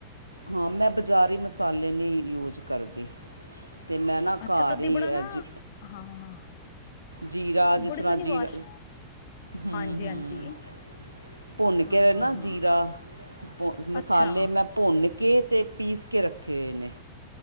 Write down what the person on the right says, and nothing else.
ਹਾਂ ਮੈਂ ਬ ਜ਼ਾਰੀ ਮਸਾਲੇ ਨੀ ਯੂਜ ਕਰਦੀ ਤੇ ਮੈਂ ਨਾ
ਘਰ
ਈ,
ਐਂਜ
ਜੀਰਾ,
ਜਿਸ
ਤਰ੍ਹਾਂ
ਜੀਰ,
ਹੂੰ-ਹੂੰ।
ਭੁੰਨ ਕੇ
<unintelligible>
ਜੀਰਾ ਭੁ ਮਸਾਲੇ
ਮੈਂ ਭੁੰਨ ਕੇ ਤੇ ਪੀਸ ਕੇ ਰੱਖੇ ਹੋਏ ਨੇ।